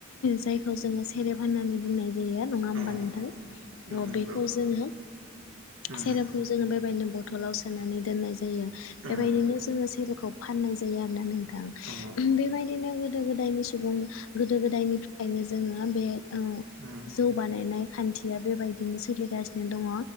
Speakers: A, on the left; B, on the right.
A: जायखौ जोङो सेरेब होननानै बुंनाय बेयो नङा
B: औ
A: होमबा
B: उम
A: नोंथां अ
B: नंगौ
A: बेखौ जोङो
B: उम
A: सेरेबखौ जोङो बेबायदिनो बथलाव सोनानै दोननाय जायो बेबायदिनो
B: उम
A: जोङो सेरब खौ फाननाय जायो आरोना नों ओं बेबायदि
B: औ
A: बिदिनो गोदो गोदायनि सुबुं गोदो गोदायनिफ्रायनो जोङो बे ओ
B: उम
A: जौ बानायनाय खान्थिया बेबायदिनो सोलिगासिनो दङ